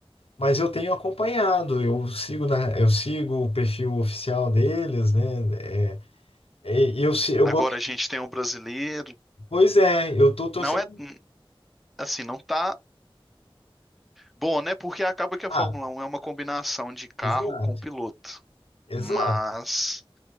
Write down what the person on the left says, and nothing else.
Mas eu tenho acompanhado, eu sigo, na, eu sigo o perfil oficial deles, né? É, é, eu, se- eu
gosto.
Pois é, eu tô torcendo.
Ah,
exato,
exato.